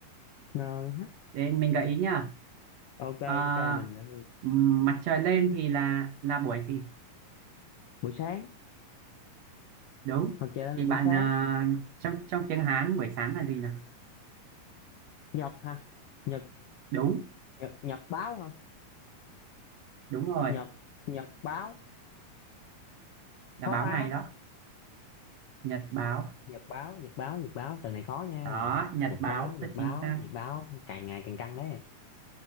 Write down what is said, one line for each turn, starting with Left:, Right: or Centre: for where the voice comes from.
Left: n
Right: để mình gợi ý nha
Left: ok
Right: Ờ,
Left: ok mình đã-
Right: ừm, mặt trời lên thì là là buổi gì
Left: buổi sáng
Right: đúng
Left: mặt trời lên là
Right: thì
Left: buổi
Right: bạn
Left: sáng
Right: à, trong trong tiếng Hán buổi sáng là gì nào
Left: nhật hả nhật
Right: đúng
Left: nhật nhật báo hả
Right: đúng rồi
Left: nhật nhật báo
Right: là
Left: khó
Right: báo
Left: ta
Right: ngày đó nhật báo
Left: nhật báo nhật báo nhật báo từ này khó nha
Right: đó nhật
Left: nhật
Right: báo
Left: báo nhật
Right: rất
Left: báo
Right: chính xác
Left: nhật báo càng ngày càng căng đấy